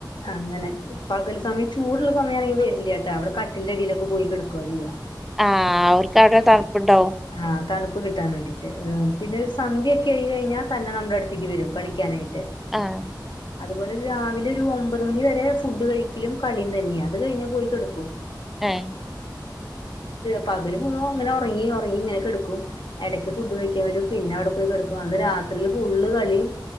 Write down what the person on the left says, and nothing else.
അങ്ങനെ പകൽ സമയം ചൂടുള്ള സമയാണെങ്കി വരില്യാട്ടാ അവിടെ കട്ടിൽന്റെ അടീലൊക്കെ പോയി കെടക്ക്വാ ചെയ്യാ
ആഹ് തണുപ്പ് കിട്ടാൻ വേണ്ടിട്ട് പിന്നെ സ് സന്ധ്യെക്കെയി കഴിഞ്ഞാ തന്നെ നമ്മുടടുത്തേക്ക് വെരും കളിക്കാനായിട്ട്
അതുപോലൊരു രാവിലെരു ഒമ്പത് മണി വരെ ഫുഡ് കഴിക്കലും കളിം തന്നെയ അത് കഴിഞ്ഞാ പോയി കെടക്കും
പകല് മുഴുവൊംങ്ങനെ ഒറങ്ങി ഒറങ്ങി ഇങ്ങനെ കെടക്കും എടയ്ക്ക് ഫുഡ് കഴിക്കാൻ വെരും പിന്നവിടെ പോയി കെടക്കും അന്ന് രാത്രില് ഫുള്ള് കളിം